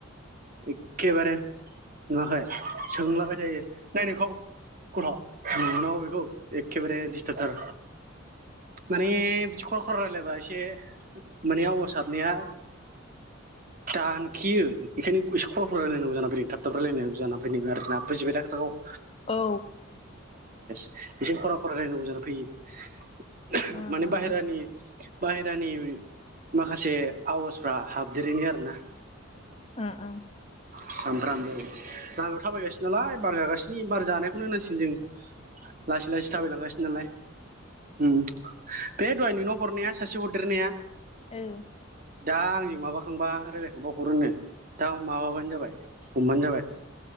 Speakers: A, on the right; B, on the left.
A: एखेबारे नुङाखै सोंलाबाय थायो नैनोंखौ गथ बुंनांगौ बेखो एखेबारे दिस्टार्बथार माने बिदि खल खर रायजलायबा एसे माने आवग साबनाया दानखियो बेखायनो इ्कुलाव रायनांगौ ज फैदों थाब रायांग ज फैदों आरोना बैिबाय थाखोाखौ <inaudible>
B: औ
A: एसे ख'रा ख'रा रायलायनांगौ जाना फैयो।
B: उम
A: माने बाहेरानि
B: उम
A: बाहेरानि माखासे आवाजफ्रा हाबदेरैनि आरोना
B: ओ ओं
A: सामफ्रामबो बाहारायाव थाबायगासिनो नालाय बार जागासिनि बार जानायखौनो होननांसिगोन जों लासै लासै
B: औ
A: थाबायलांगासिनो
B: ओ
A: नालाय उम बे दहाय नोंनाव हरनाया सासे हरदेरनाया
B: ओ
A: दा आंजों माबाखांबा रायलायखांबा हरोनो दा माबा बाय <unintelligible> जाबाय हमबानो जाबाय